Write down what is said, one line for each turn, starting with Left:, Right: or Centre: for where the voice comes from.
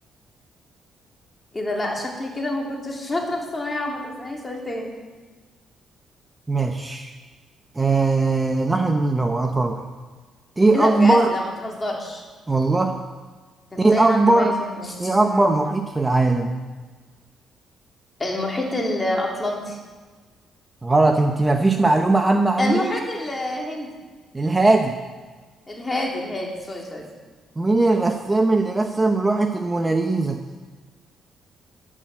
Left: ايه ده لا شكلي كده ما كنتش <laughs> شاطرة في الثانوية عامة طب اسألني سؤال تاني
Right: ماشي آه نهر النيل هو أطول واحد إيه
Left: ايه ده بجد
Right: أكبر
Left: لا ما تهزرش
Right: والله
Left: كانت
Right: إيه
Left: تايه
Right: أكبر
Left: عند دماغي فين دي
Right: إيه أكبر
Left: مم.
Right: محيط في العالم
Left: المحيط الاطلنطي
Right: غلط انت مفيش معلومة عامة عندك
Left: المحيط الهندي
Right: الهادي
Left: الهادي الهادي سوري سوري
Right: مين الرسام اللي رسم لوحة الموناليزا